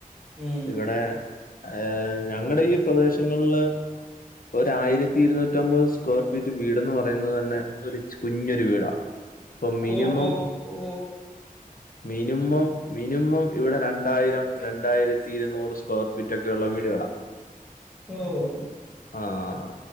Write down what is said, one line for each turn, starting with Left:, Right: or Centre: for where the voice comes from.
Centre: ഉം
Left: ഇവിടെ ഏഹ് ഞങ്ങളുടെ ഈ പ്രദേശങ്ങളില്. ഒരായിരത്തി ഇരുന്നൂറ്റി ഒമ്പത് സ്ക്വയർ ഫീറ്റ് വീട്ന്ന് പറയുന്നത് തന്നെ ഒരു കുഞ്ഞൊരു വീടാണ്. ഇപ്പൊ മിനിമം
Centre: ഓ ഓ ഓ
Left: മിനിമം മിനിമം ഇവിടെ രണ്ടായിരം രണ്ടായിരത്തി ത്തി ഇരുന്നൂറ് സ്ക്വയർ ഫീറ്റ് ഒക്കെയുള്ള വീടുകളാ
Centre: ഓഹ്‌
Left: ആഹ്‌